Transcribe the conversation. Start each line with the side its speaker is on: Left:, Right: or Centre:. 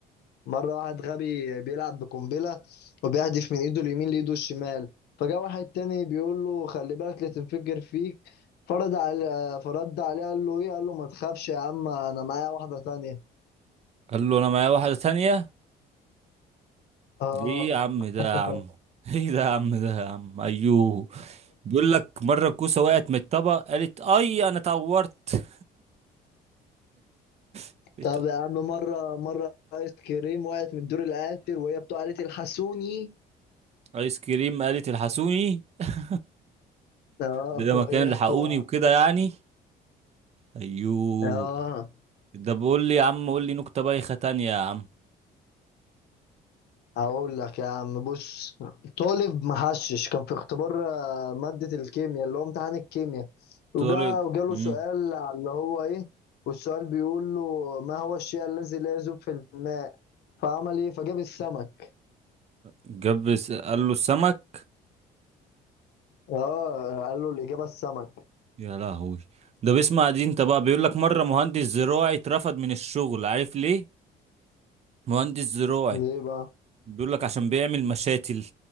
Left: مرة واحد غبي بيلعب بقنبلة وبيهدف من ايده اليمين لايده الشمال فجاء واحد تاني بيقول له خلي بالك لا تنفجر فيك فرد على فرد عليه قال له ايه قال له ما تخافش يا عم انا معايا واحدة تانية
Right: قال له أنا معايا واحدة تانية
Left: اه
Right: دي إيه يا عم
Left: <laughs>
Right: ده يا عم <laughs> ايه ده يا عم ده يا عم ايوه بيقول لك مرة الكوسة وقعت من الطبق قالت اي انا اتعورت <laughs>
Left: طب يا عم مرة مرة آيس كريم وقعت من الدور الآخر وهي بتقع قالت الحسوني
Right: ايس كريم قالت الحسوني <laughs>
Left: اه
Right: ده لما
Left: وهي
Right: كانوا لحقوني
Left: بتقع
Right: وكده يعني ايوه
Left: اه
Right: ده بيقول لي يا عم قول لي نكتة بايخة تانية يا عم
Left: أقول لك يا عم بص طالب محشش كان في اختبار آه، مادة الكيمياء اللي هو امتحان الكيمياء
Right: قلت
Left: وجا
Right: له
Left: وجاله
Right: مم.
Left: سؤال على اللي هو إيه والسؤال بيقول له ما هو الشيء الذي لا يذوب في الماء فعمل إيه فجاب السمك
Right: جاب س- قال له السمك
Left: اه قال له الإجابة السمك
Right: يا لهوي ده بيسمع دي انت بقى بيقول لك مرة مهندس زراعي اترفد من الشغل عارف ليه مهندس زراعي
Left: ليه بقى؟
Right: بيقول لك عشان بيعمل مشاتل